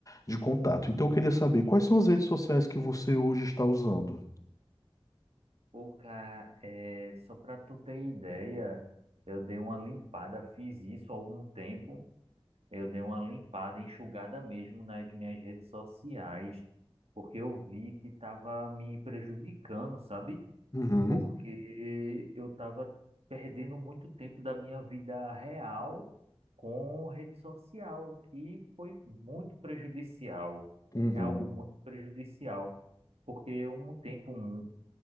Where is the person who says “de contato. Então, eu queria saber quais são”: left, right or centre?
Left